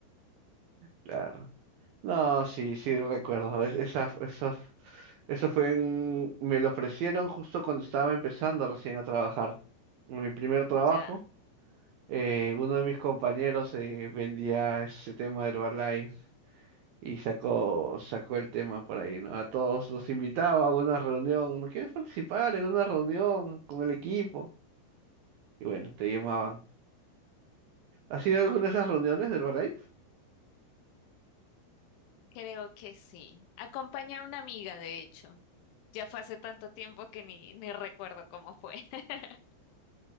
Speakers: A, on the right; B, on the left.
A: Claro. No, sí, sí, recuerdo. Es- esa, esa- eso fue en... Me lo ofrecieron justo cuando estaba empezando recién a trabajar. En mi primer trabajo,
B: Ya.
A: eh, uno de mis compañeros eh, vendía ese tema de Herbalife y sacó, sacó el tema por ahí, ¿no? A todos los invitaba a una reunión. ¿No quieres participar en una reunión con el equipo? Y bueno, te llamaban. ¿Has ido a alguna de esas reuniones de Herbalife?
B: Creo que sí. Acompañé a una amiga, de hecho. Ya fue hace tanto tiempo que ni, ni recuerdo cómo fue. <laughs>